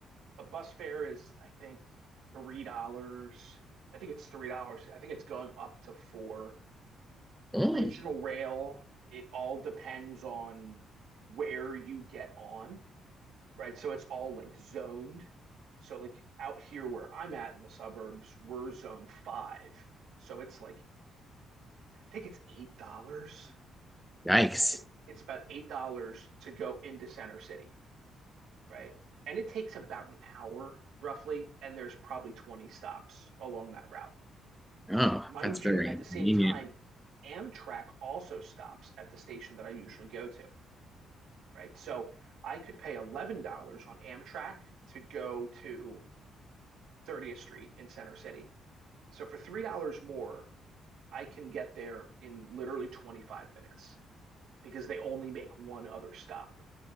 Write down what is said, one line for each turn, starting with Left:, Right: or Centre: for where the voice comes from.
Right: a bus fare is I think three dollars. I think it's three dollars. I think it's going up to four.
Centre: Oh,
Right: Regional rail, it all depends on where you get on, right? So it's all like zoned. So like out here where I'm at in the suburbs, we're zone five. So it's like I think it's eight dollars
Centre: yikes!
Right: yeah, it's it's about eight dollars to go into Center City, right? And it takes about an hour roughly, and there's probably 20 stops along that route.
Centre: Oh,
Right: Mind
Centre: that's very
Right: you, at
Centre: inconvenient.
Right: the same time, Amtrak also stops at the station that I usually go to, right? So I could pay $11 on Amtrak to go to 30th Street in Center City. So for $3 more, I can get there in literally 25 minutes because they only make one other stop.